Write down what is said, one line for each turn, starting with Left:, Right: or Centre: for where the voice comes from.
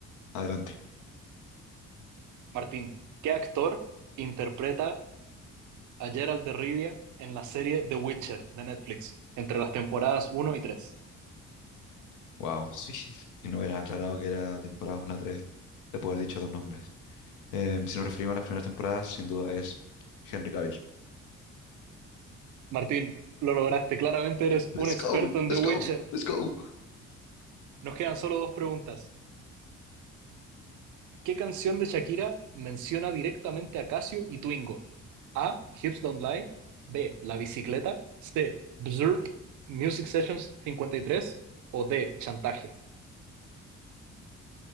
Left: Adelante.
Right: Martín, ¿qué actor interpreta a Geralt de Rivia en la serie The Witcher de Netflix entre las temporadas uno y 3?
Left: Wow. Sí, si no hubieras aclarado que era temporadas 1 a 3, te puedo haber dicho dos nombres. Em, si nos referimos a las primeras temporadas, sin duda es Henry Cavill.
Right: Martín, lo lograste. Claramente eres
Left: Let's
Right: un experto
Left: go,
Right: en
Left: let's
Right: The Witcher.
Left: go, let's go.
Right: Nos quedan solo dos preguntas. ¿Qué canción de Shakira menciona directamente a Casio y Twingo? A. Hips Don't Lie. B. La bicicleta. C. Bzurp. Music Sessions 53. O D. Chantaje.